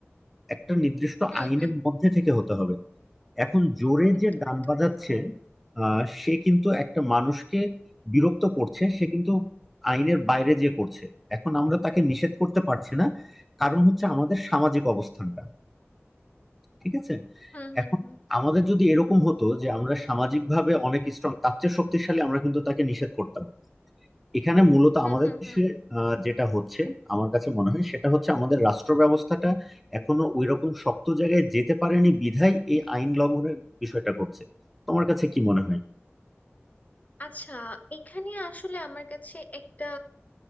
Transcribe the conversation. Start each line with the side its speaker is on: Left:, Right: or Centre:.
Centre: একটা নির্দিষ্ট
Left: হুম
Centre: আইনের
Left: হুম হুম
Centre: মধ্যে থেকে হতে হবে এখন জোরে
Left: একদম
Centre: যে গান
Left: একদম
Centre: বাজাচ্ছে আহ, সে কিন্তু একটা মানুষকে বিরক্ত করছে সে কিন্তু আইনের বাইরে যে করছে এখন আমরা তাকে নিষেধ করতে পারছি না কারণ হচ্ছে আমাদের সামাজিক অবস্থানটা ঠিক আছে
Left: হুম হুম
Centre: এখন
Left: হুম
Centre: আমাদের যদি এরকম হতো যে আমরা সামাজিকভাবে অনেক স্ট্রং তার চেয়ে শক্তিশালী আমরা কিন্তু তাকে নিষেধ করতাম এখানে মূলত
Left: হুম
Centre: আমাদের
Left: হুম
Centre: দেশে
Left: হুম
Centre: আহ, যেটা হচ্ছে আমার কাছে মনে হয় সেটা হচ্ছে আমাদের রাষ্ট্র ব্যবস্থাটা এখনো ওইরকম শক্ত জায়গায় যেতে পারেনি বিধায় এই আইন লঙ্ঘনের বিষয়টা করছে তোমার কাছে কি মনে হয়
Left: আচ্ছা এখানে আসলে আমার কাছে একটা